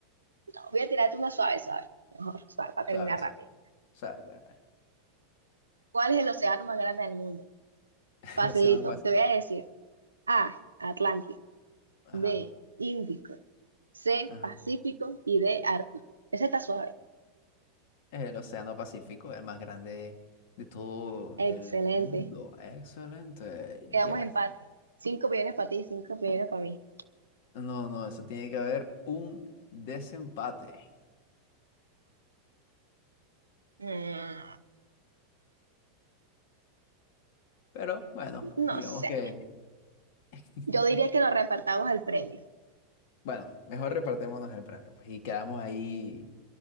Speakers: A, on the right (about 85°); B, on the left (about 55°).
A: No, voy a tirarte una suave, suave. Mejor, suave, para terminar
B: Sabe, sabe,
A: rápido.
B: sabe, sabe.
A: ¿Cuál es el océano más grande del mundo?
B: <laughs>
A: Facilito,
B: El Océano Pacífico.
A: te voy a decir. A, Atlántico.
B: Ajá,
A: B, Índico. C,
B: ajá.
A: Pacífico. Y D, Ártico. Ese está suave.
B: El Océano Pacífico, el más grande de todo
A: Excelente.
B: el mundo. Excelente,
A: Quedamos
B: yes.
A: empate. Cinco millones para ti, cinco millones para mí.
B: No, no, eso tiene que haber un desempate.
A: Mm,
B: Pero bueno,
A: no
B: digamos
A: sé.
B: que... <laughs>
A: Yo diría que nos repartamos el premio.
B: Bueno, mejor repartémonos el premio, pues, y quedamos ahí